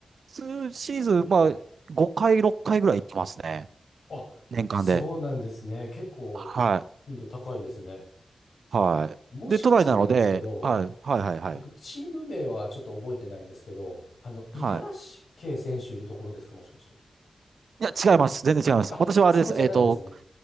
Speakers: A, on the right (about 70°); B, on the left (about 75°).
A: 数シーズン、まあ、5回、6回ぐらい行ってますね。
B: あ、
A: 年間で。
B: そうなんですね。結構、
A: はい。
B: 頻度高いですね。
A: はい。
B: もしかしてなんですけど、
A: で、都内なので、はい、はい、はい、はい。
B: 僕、チーム名はちょっと覚えてないんですけど、あの、五十嵐圭選手いるところですか、
A: はい。
B: もしかして。
A: いや、違います。全然違います。
B: あ、
A: 私はあれです。
B: そこじゃないんですね。
A: えっと、